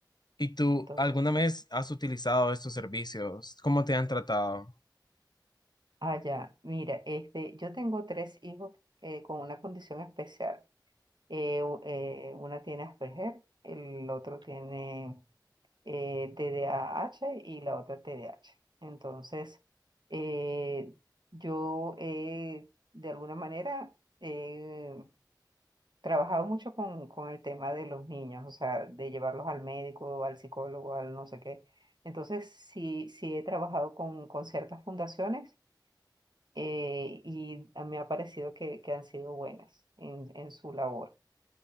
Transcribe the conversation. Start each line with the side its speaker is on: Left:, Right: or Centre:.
Left: ¿Y tú
Right: Entonces,
Left: alguna vez has utilizado estos servicios? ¿Cómo te han tratado?
Right: ah, ya, mira, este, yo tengo tres hijos eh, con una condición especial. Eh, u- eh, una tiene Asperger, el otro tiene eh, TDAH y la otra TDAH. Entonces, eh, yo he, de alguna manera, he trabajado mucho con, con el tema de los niños, o sea, de llevarlos al médico, al psicólogo, al no sé qué. Entonces, sí, sí he trabajado con, con ciertas fundaciones eh, y a mí me ha parecido que, que han sido buenas en, en su labor